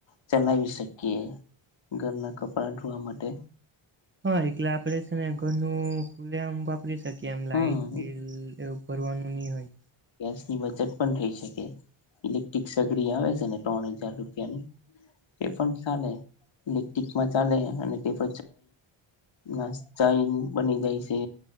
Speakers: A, on the left; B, on the right.
A: ચલાવી શકીએ ઘરના કપડા ધોવા માટે.
B: હા એટલે આપડે છે ને ઘરનું ખુલે આમ બાપ. રી શકી એમ લાઈટ
A: હમ
B: બિલ એવું ભરવાનું નહી હોય.
A: ગેસની બચત પણ થઈ શકે ઇલેક્ટ્રિક સગડી આવે છે ને ત્રણ હજાર રૂપિયાની તે પણ ચાલે ઇલેક્ટ્રિકમાં ચાલે અને તે પ. નાસ ચાય બની જાય છે.